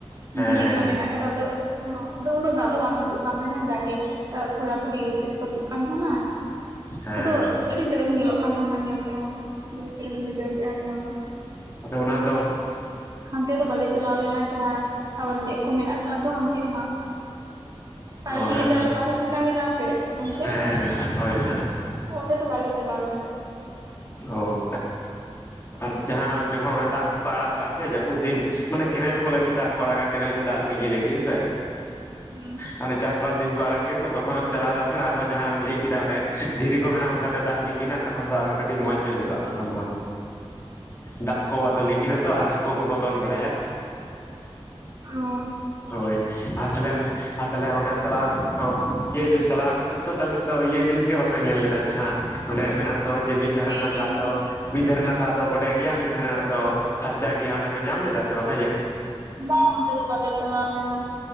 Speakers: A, on the left; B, on the right.
A: ᱦᱮᱸ
B: ᱫᱷᱤᱨᱤ
A: ᱦᱮᱸ
B: ᱠᱚ ᱢᱮᱱᱟᱜ ᱟᱫᱚ ᱦᱚᱸ, ᱟᱫᱚ ᱩᱱᱟᱹᱜ ᱫᱟᱜ ᱫᱚ ᱵᱟᱝ ᱟᱹᱛᱩᱜ ᱠᱟᱱ ᱛᱟᱦᱮᱱᱟ ᱡᱟᱠᱜᱮ ᱛᱷᱚᱲᱟ ᱛᱷᱚᱲᱤ ᱚᱛᱩᱜ ᱟᱹᱛᱩᱜ ᱠᱟᱱ ᱛᱟᱸᱦᱮᱱᱟ
A: ᱦᱮᱸ
B: ᱟᱫᱚ
A: ᱦᱮᱸ
B: ᱟᱹᱰᱤ ᱪᱚᱨᱚᱠ ᱧᱮᱞᱚᱜ ᱠᱟᱱ ᱛᱟᱦᱮᱸᱱᱟ ᱧᱮᱞ ᱛᱮᱦᱚᱸ ᱫᱚᱢᱮ ᱪᱚᱨᱚᱠᱤᱧ ᱵᱩᱡᱷᱟᱹᱣ ᱠᱮᱜ-ᱟ ᱧᱮᱞ ᱫᱚ ᱾
A: ᱟᱫᱚ ᱚᱱᱟ ᱫᱚ
B: ᱦᱟᱱᱛᱮ ᱫᱚ ᱵᱟᱞᱮ ᱪᱟᱞᱟᱣ ᱞᱮᱱᱟ ᱡᱟᱦᱟᱸ ᱟᱵᱟᱨ ᱪᱮᱜ ᱠᱚ ᱢᱮᱱᱟᱜ ᱠᱟᱜ ᱫᱚ ᱦᱟᱱᱛᱮ ᱱᱟᱜ ᱯᱟᱨᱠᱤ
A: ᱚ ᱦᱮᱸᱛᱚ
B: ᱞᱤᱠᱟ ᱯᱟᱨᱠ ᱞᱤᱠᱟ ᱢᱤᱱᱟᱜ-ᱟ ᱥᱮ ᱥᱮ ᱚᱱᱛᱮ
A: ᱦᱮᱸ
B: ᱨᱮ᱾
A: ᱦᱮᱸ ᱢᱮᱱᱟᱜᱼᱟ ᱦᱳᱭ ᱢᱮᱱᱟᱜᱼᱟ
B: ᱚᱸᱰᱮ ᱫᱚ ᱵᱟᱞᱮ ᱪᱟᱞᱟᱣ ᱞᱮᱱᱟ᱾
A: ᱚᱠ ᱟᱨ ᱡᱟᱦᱟᱸ ᱡᱚᱠᱷᱚᱱ ᱚᱱᱟ ᱫᱟᱜ ᱠᱚᱠᱚ ᱟᱲᱟᱜ ᱠᱟᱜ-ᱟ ᱥᱮ ᱡᱟᱹᱯᱩᱫ ᱫᱤᱱ᱾ ᱢᱟᱱᱮ ᱠᱮᱱᱮᱞ ᱠᱚ ᱞᱟᱹᱜᱤᱜ ᱫᱟᱜ ᱠᱚ ᱟᱲᱟᱜ-ᱟ, ᱠᱮᱱᱮᱞ ᱛᱮ ᱫᱟᱜ ᱞᱤᱸᱜᱤ ᱞᱟᱹᱜᱤᱜ᱾ ᱦᱮᱸᱥᱮ?
B: ᱦᱩᱸ᱾
A: ᱦᱟᱱᱮ ᱪᱟᱥᱵᱟᱥ ᱫᱤᱱ ᱠᱚ ᱟᱲᱟᱜ ᱜᱮᱭᱟ ᱛᱚ ᱛᱚᱠᱷᱚᱱᱮᱢ ᱪᱟᱞᱟᱣ ᱞᱮᱱᱠᱷᱟᱱ ᱟᱨᱦᱚ ᱡᱟᱦᱟᱸᱟᱢ ᱞᱟᱹᱭ ᱠᱮᱫᱟ ᱚᱸᱰᱮ ᱫᱷᱤᱨᱤ ᱠᱚ ᱢᱮᱱᱟᱜ-ᱟ ᱚᱱᱠᱟ ᱛᱮ ᱫᱟᱜ ᱞᱤᱸᱜᱤᱱᱟ᱾ ᱛᱚᱠᱷᱚᱱ ᱫᱚ ᱟᱨᱦᱚᱸ ᱠᱟᱹᱴᱤᱡ ᱢᱚᱸᱡᱽ ᱧᱚᱜ ᱧᱮᱞᱚᱜ-ᱟ ᱛᱚᱠᱷᱚᱱ ᱫᱚ, ᱫᱟᱜ ᱠᱚ ᱟᱫᱚ ᱞᱤᱸᱜᱤᱱ ᱟᱛᱚ ᱟᱨ ᱦᱟ ᱠᱳ ᱠᱚᱠᱚ ᱫᱚᱱ ᱵᱟᱲᱟᱭᱟ,
B: ᱚ
A: ᱦᱳᱭ ᱟᱨ ᱛᱟᱞᱦᱮ ᱟᱨ ᱛᱟᱞᱦᱮ ᱚᱸᱰᱮ ᱪᱟᱞᱟᱣ ᱠᱟᱛᱮᱜ ᱛᱚ ᱤᱭᱟᱹ ᱪᱟᱞᱟᱣ ᱠᱟᱛᱮᱜ ᱛᱚ ᱛᱟᱞᱦᱮ ᱛᱚ ᱤᱭᱟᱹ ᱡᱤᱱᱤᱥ ᱜᱮ ᱵᱟᱯᱮ ᱧᱮᱞ ᱞᱮᱫᱟ ᱡᱟᱦᱟᱸ ᱚᱸᱰᱮ ᱢᱮᱱᱟᱜ ᱫᱚ ᱡᱮ ᱢᱤᱫ ᱫᱷᱟᱨᱮ
B: ᱦᱮᱸ
A: ᱨᱮᱱᱟᱜ
B: ᱦᱮᱸ
A: ᱫᱟᱜ ᱫᱚ ᱢᱤᱫ ᱫᱷᱟᱨᱮ ᱨᱮᱱᱟᱜ ᱫᱟᱜ ᱫᱚ ᱵᱚᱰᱮ ᱜᱮᱭᱟ ᱢᱤᱫ ᱫᱷᱟᱨᱮ ᱱᱟᱜ ᱫᱚ ᱯᱷᱟᱨᱪᱟ ᱜᱮᱭᱟ, ᱚᱸᱰᱮ ᱯᱮ ᱧᱟᱢ ᱞᱮᱫᱟ ᱥᱮ ᱵᱟᱝ?
B: ᱵᱟᱝ ᱚᱱᱛᱮ ᱫᱚ ᱵᱟᱞᱮ ᱪᱟᱞᱟᱣ ᱞᱮᱱᱟ